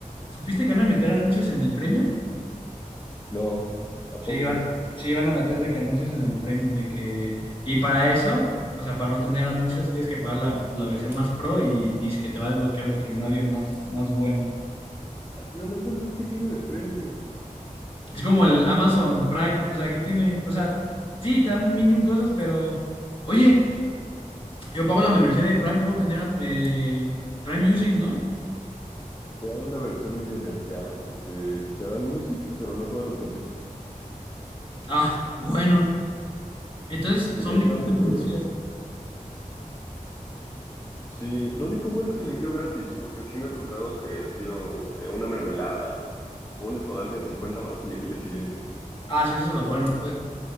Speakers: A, on the left; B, on the left.
A: supiste que van a meter anuncios en el premium?
B: <laughs> No, ¿a
A: Sí,
B: poco?
A: va- sí, van a meter de que anuncios en el premium, de que... Y para eso, o sea, para no tener anuncios, tienes que pagar la, la versión más pro y dice que te va a desbloquear de que un audio más, más bueno.
B: Ah, no, ma, entonces, ¿qué tiene de premium?
A: Es como el Amazon Prime, o sea, ¿qué tiene? O sea, sí, te dan un millón cosas, pero... Oye, yo pago la membresía de Prime, puedo tener eh, Prime Music, ¿no?
B: Te dan una versión medio nerfeada porque te dan music, pero no todas las canciones.
A: Ah, bueno. Entonces, son
B: Sí, está
A: distintas
B: medio feo
A: membresías.
B: eso. Sí, lo único bueno es el envío gratis, porque sí me ha tocado que pido, no sé, una mermelada o un desodorante de 50 baros y llega el día siguiente.
A: Ah, sí, eso es lo bueno, pues.